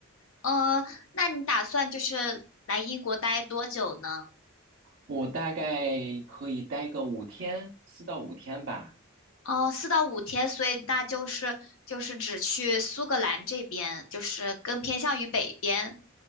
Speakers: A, on the left; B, on the right.
A: 呃，那你打算就是来英国待多久呢？
B: 我大概可以待个五天，四到五天吧。
A: 哦，四到五天，所以那就是就是只去苏格兰这边，就是更偏向于北边。